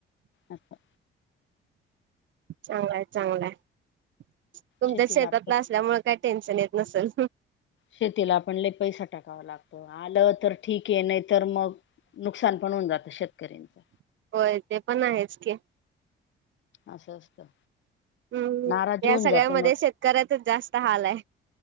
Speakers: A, on the left; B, on the right.
A: अच्छा
B: चांगलाय चांगलाय तुमच्या
A: शेतीला
B: शेतातला
A: आपण
B: असल्यामुळे काय टेन्शन येत नसेल
A: शेतीला आपण पैसा टाकावा लागतो आलं तर ठीक आहे नाही तरर मग नुकसान पण होऊ जात श कऱचा
B: होय ते पण आहेच की
A: असं - असतं.
B: हम्म.
A: नाराज
B: या
A: होऊन
B: सगळ्यामध्ये,
A: जात मग
B: शेतकऱ्याचच जास्त हालाय.